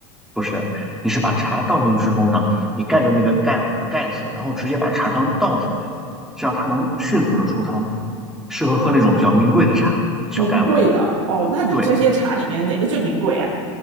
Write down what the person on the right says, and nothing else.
名贵的哦，那你这些茶里面哪个最名贵啊？